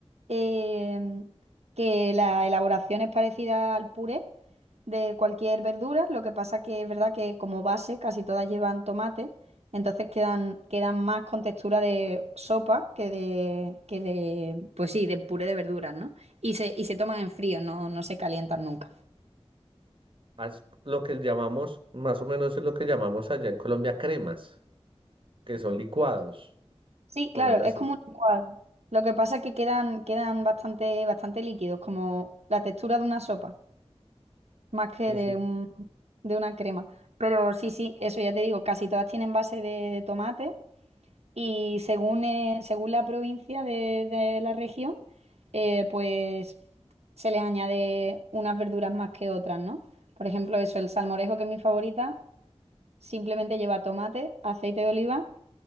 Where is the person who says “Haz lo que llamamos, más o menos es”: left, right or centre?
Right